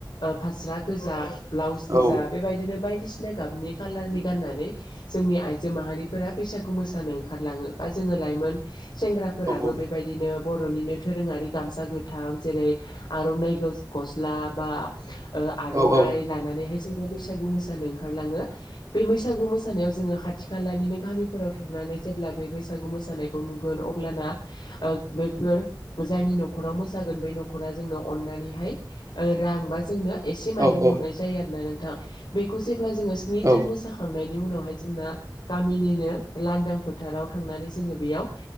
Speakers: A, on the left; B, on the right.
A: फास्रा गोजा ब्लाउस गोजा
B: औ
A: बेबायदिनो बायदिसिना गाबनि खाालारनि गाननानै जोंनि आइजो माहारिफोरा बैसागु मोसानो ओंखारलाङो बा जोङो। लाइमोन सेंग्राफोराबो
B: औ औ
A: बेबायदिनो निनो दोरोङारि गामसा गोथां जेरै आर'नाइ गस्ला बा आर'नाइ
B: औ औ
A: लानानैहाय जोङो बैसागु मोसानो ओंखारलाङो बे बैसागु मोसानायाव जोङो खाथि खालानिनो गामिफोराव थांनानै। जेब्ला बे बैसागु मोसानायखौ नुगोन अब्लाना बे फोर जायनि न'खराव मोसागोन बै न'खरा जोंनो अननानैहाय रां बा जोंनो। एसे माइरं
B: औ औ
A: हरनाय जायो आरोना नोंथां बेखौ जेब्ला जोङो स्नि
B: औ
A: दिन मोसाखांनायनि। बेनि उनावहाय जोंना गामिनिनो लांदां फोथाराव थांनानै जोङो बेयाव